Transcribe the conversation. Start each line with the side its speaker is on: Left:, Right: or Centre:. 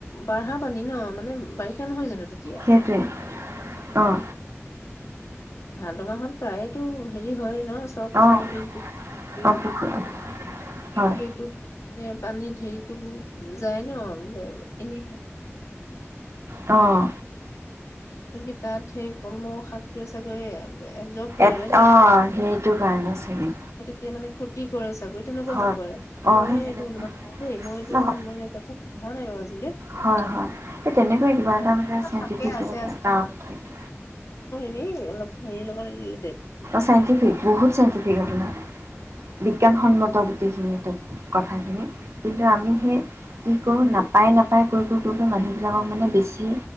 Left: বঢ়া পানী ন মানে বাৰিষা নহয় জানো? তেতিয়া
Right: সেইটোৱে, অঁ
Left: ভাদ মাহত প্ৰায়েতো, হেৰি, হয়ে ন? চব খাল
Right: অ'
Left: বিল
Right: অ' পুখুৰী হয়
Left: সেইটো। এ পানী হেৰিতো যায় ন এনে
Right: অঁ
Left: গতিকে তাত সেই কলমৌ শাকটোয়ে চাগৈ এবজৰ্ব কৰি
Right: অঁ
Left: লয় ন
Right: সেইটো কাৰণে চাগে
Left: এতিয়া মানে ক্ষতি কৰিছে চাগৈ তেনেকুৱা
Right: হয়।
Left: হ'ব পাৰে
Right: অ'
Left: মইহে
Right: সেই তেনেকুৱা
Left: এইটো অনুমান কৰো দেই মই এইটো
Right: নহয়
Left: মানে কাকো ভাল লাগিব ভাজিলে
Right: হয় হয় তেনেকুৱাই কিবা এটা
Left: তেনেকুৱা
Right: মানে আছে
Left: থাকে
Right: বিশেষ
Left: আছে
Right: কিবা এটা কাৰণ থাকে
Left: এ অলপ হেৰি লগত ৰিলেটেড
Right: চাইণ্টিফিক বহুত চাইণ্টিফিক আপোনাৰ বিজ্ঞানসন্মত গোটেইখিনি তথ্য কথাখিনি কিন্তু আমি হে কি কৰো
Left: উম,
Right: নাপায় নাপায় কৈ কৈ মানে মানুহবিলাকক মানে বেছি